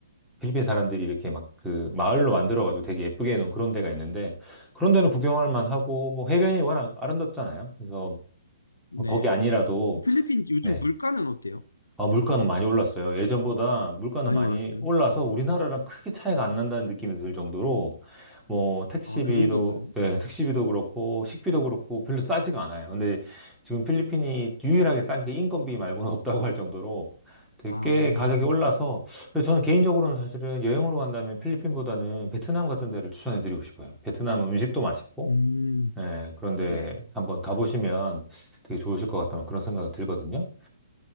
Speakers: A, in the centre; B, on the left.
A: 필리핀 사람들이 이렇게 막 그 마을로 만들어가지고 되게 예쁘게 해놓은 그런 데가 있는데 그런 데는 구경할 만하고 뭐 해변이 워낙 아름답잖아요. 그래서
B: 네.
A: 뭐 거기 아니라도
B: 그럼 필리핀 요즘
A: 네,
B: 물가는 어때요?
A: 아, 물가는 많이 올랐어요. 예전보다 물가는
B: 많이
A: 많이
B: 올랐어요?
A: 올라서
B: 음.
A: 우리나라랑 크게 차이가 안 난다는 느낌이 들 정도로 뭐 택시비도
B: 아, 그 정도인가요?
A: 네, 택시비도 그렇고 식비도 그렇고 별로 싸지가 않아요. 근데 지금 필리핀이 유일하게 싼 게 인건비 말고는 <laughs> 없다고 할 정도로 되게
B: 아,
A: 가격이 올라서 그래서 저는 개인적으로는 사실은 여행으로 간다면 필리핀보다는 베트남 같은 데를 추천해 드리고 싶어요. 베트남은 음식도 맛있고
B: 음,
A: 예, 그런데
B: 네.
A: 한번 가보시면 되게 좋으실 것 같다는 그런 생각이 들거든요.